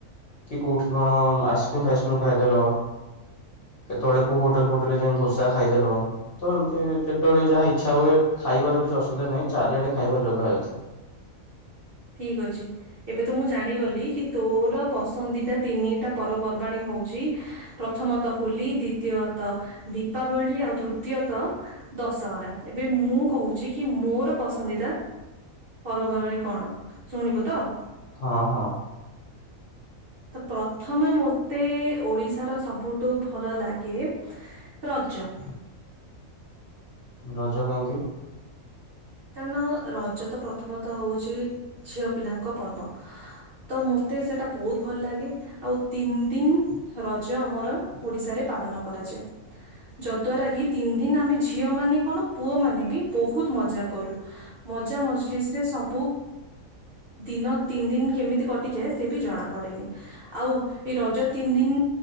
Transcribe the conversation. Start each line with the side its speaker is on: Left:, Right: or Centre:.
Left: କି କୋଉଠି କଣ ଆଇସ୍କ୍ରିମ୍ ଫାଇସ୍କ୍ରିମ୍ ଖାଇଦେଲ, କେତେବେଳେ କୋଉ ହୋଟେଲ ଫୋଟେଲ ରେ ଯାଇଁକି ଦୋସା ଖାଇଦେଲ ତ ଏମତି ଯେତେବେଳେ ଯାହା ଇଚ୍ଛା ହୁଏ ଖାଇବାର କିଛି ଅସୁବିଧା ନାହିଁ, ଚାରିଆଡେ ଖାଇବା ଯୋଗ ହେଇଥାଏ।
Right: ଠିକ୍ ଅଛି। ଏବେ ତ ମୁଁ ଜାଣିଗଲି କି ତୋର ପସନ୍ଦିଦା ତିନିଟା ପର୍ବପର୍ବାଣୀ ହଉଚି ପ୍ରଥମତଃ ହୋଲି, ଦ୍ଵିତୀୟତଃ ଦୀପାବଳି, ଆଉ ତୃତୀୟତଃ ଦଶହରା। ଏବେ ମୁଁ କହୁଚି କି ମୋର ପସନ୍ଦିଦା ପର୍ବପର୍ବାଣୀ କଣ? ଶୁଣିବୁ ତ?
Left: ହଁ ହଁ।
Right: ତ ପ୍ରଥମେ ମତେ ଓଡିଶାର ସବୁଠୁ ଭଲ ଲାଗେ ରଜ।
Left: ରଜ କେନ୍ତି
Right: କାରଣ ରଜ ତ ପ୍ରଥମତଃ ହଉଚ ଝିଅ ପିଲାଙ୍କ ପର୍ବ। ତ ମତେ ସେଟା ବହୁତ ଭଲ ଲାଗେ। ଆଉ ତିନ୍ ଦିନ୍ ରଜ ଆମର ଓଡିଶାରେ ପାଳନ କରାଯାଏ। ଯଦ୍ଵାରା କିି ତିନ୍ ଦିନ୍ ଆମେ ଝିଅ ମାନେ କଣ ପୁଅ ମାନେ ବି ବହୁତ୍ ମଜା କରୁ। ମଜା ମଜଲିସ୍ ରେ ସବୁ ଦିନ ତିନ୍ ଦିନ୍ କେମିତି କଟିଯାଏ ସେ ବି ଜଣା ପଡେନି। ଆଉ ଏଇ ରଜ ତିନ୍ ଦିନ୍